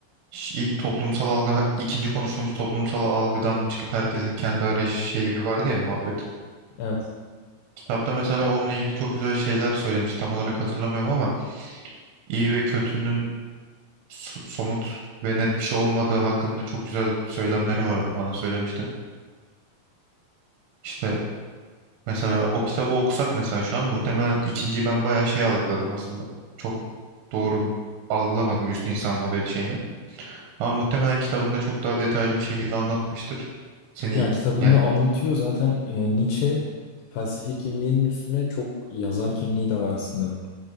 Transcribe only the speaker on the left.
Evet.
Ya kitabında
anlatıyor zaten e, Nietzsche felsefi kimliğinin üstüne çok yazar kimliği de var aslında.